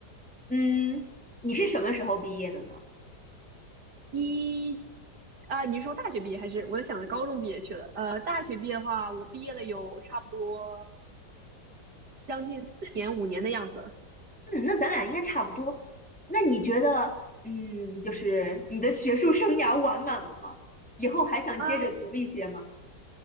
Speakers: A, in the centre; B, on the right (about 65°).
A: 嗯，你是什么时候毕业的呢？
B: 一啊，你是说大学毕业还是我想着高中毕业去了？呃，大学毕业的话，我毕业了有差不多将近四年五年的样子了
A: 嗯，那咱俩应该差不多。那你觉得，嗯，就是你的学术生涯完满了吗？以后还想接着读一些吗？
B: 啊。